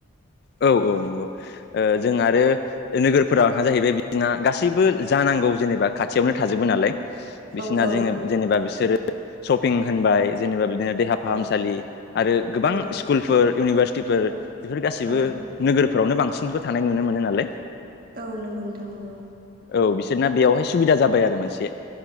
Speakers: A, on the left; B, on the right.
A: औ औ नोंगौ जों आरो नोगोरफोराहा जाहैबाय बिदिना गासैबो जानांगौ जेनेबा खाथियावनो थाजोबो नालाय। बिसिना
B: औ औ
A: जोङो जेनेबा बिसोरो सशपिं होनबाय जेनेबा बिदिनो दे देहा फाहामसालि
B: औ
A: आरो गोबां
B: औ
A: स्कुलफोर इउनिभारसिटिफोर
B: औ
A: बेफोर गासैबो
B: औ
A: नोगोरफोरावनो बांसिनखो थानाय नुनो मोनो नालाय।
B: औ नोंगौ नोंथां नोंगौ।
A: औ बिसोरना बेवहाय सुबिदा जाबाय आरो मोनसे।